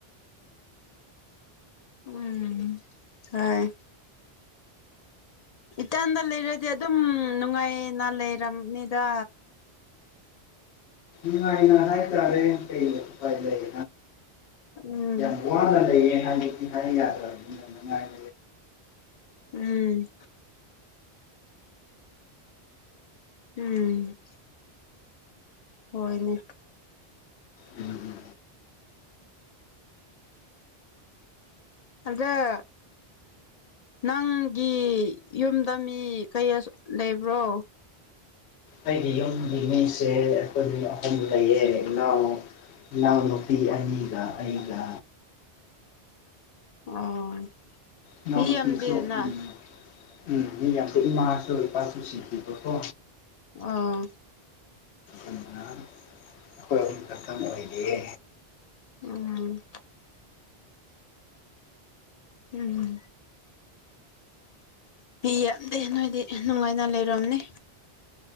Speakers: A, on the left (about 55°); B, on the left (about 85°).
A: ꯎꯝ ꯍꯣꯏ ꯏꯇꯟꯗ ꯂꯩꯔꯗꯤ ꯑꯗꯨꯝ ꯅꯨꯡꯉꯥꯏꯅ ꯂꯩꯔꯕꯝꯅꯤꯗ
B: ꯉꯅ ꯍꯥꯏꯥꯏ ꯇꯥꯔꯦ ꯀꯩ ꯄ ꯂꯩ
A: ꯎꯝ
B: ꯌꯥꯝ ꯋꯥꯅ ꯂꯩꯌꯦ ꯍꯥꯏꯕꯗꯤ ꯍꯥꯏ ꯌꯥꯗ꯭ꯔꯕ ꯅꯨꯡꯉꯥꯏꯦ
A: ꯎꯝ ꯎꯝ ꯍꯣꯏꯅꯦ
B: ꯎꯝ
A: ꯑꯗꯨꯗ ꯅꯪꯒꯤ ꯌꯨꯝꯗ ꯃꯤ ꯀꯌꯥ ꯂꯩꯕ꯭ꯔꯣ
B: ꯑꯩꯒꯤ ꯌꯨꯝꯒꯤ ꯃꯤꯁꯦ ꯑꯩꯈꯣꯏ ꯃꯤ ꯑꯍꯨꯝ ꯂꯩꯌꯦ ꯏꯅꯥꯎ ꯏꯅꯥꯎꯅꯨꯄꯤ ꯑꯅꯤꯒ ꯑꯩꯒ
A: ꯑꯣ
B: ꯏꯅꯥꯎꯅꯨꯄꯤꯁꯨ
A: ꯃꯤ ꯌꯥꯝꯗꯦꯗꯅ
B: ꯎꯝ ꯎꯝ ꯃꯤ ꯌꯥꯝꯗꯤ ꯏꯃꯥꯁꯨ ꯂꯨꯄꯥꯁꯨ ꯁꯤꯈꯤꯕꯀꯣ
A: ꯑꯣꯥ
B: ꯑꯗꯨꯅ ꯑꯩꯈꯣꯏ ꯑꯍꯨꯝ ꯈꯛꯇꯪ ꯑꯣꯏꯔꯤꯌꯦ
A: ꯎꯝ ꯎꯝ ꯄꯤ ꯌꯥꯝꯗꯦ ꯅꯣꯏꯗꯤ ꯌꯥꯝ ꯅꯨꯡꯉꯥꯏꯅ ꯂꯩꯔꯕꯔꯕꯅꯦ